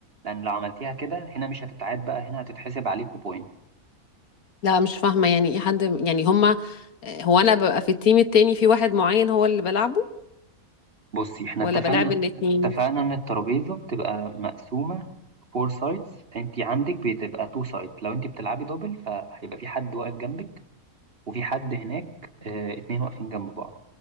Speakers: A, on the right; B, on the left.
A: لأن لو عملتيها كده هنا مش هتتعاد بقى هنا هتتحسب عليكوا بوينت
B: لا مش فاهمه يعني ايه حد يعني هما هو انا ببقى في التيم التاني في واحد معين هو اللي بلعبه
A: بصي إحنا
B: ولا
A: اتفقنا
B: بلعب الاتنين
A: اتفقنا إن الترابيزة بتبقى مقسومة فور سايدز أنت عندك بتبقى تو سايد لو أنت بتلعبي دبل فهيبقى في حد واقف جنبك وفي حد هناك اه، اتنين واقفين جنب بعض